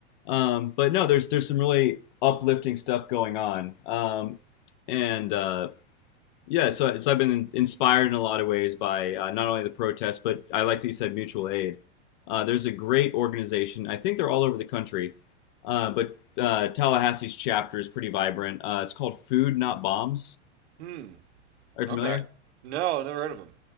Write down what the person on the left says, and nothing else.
Um, but no, there's there's some really uplifting stuff going on. Um, and uh, yeah, so so I've been in- inspired in a lot of ways by uh, not only the protests, but I like that you said mutual aid. Uh, there's a great organization. I think they're all over the country, uh, but uh, Tallahassee's chapter is pretty vibrant. Uh, it's called Food Not Bombs.
Are you
familiar?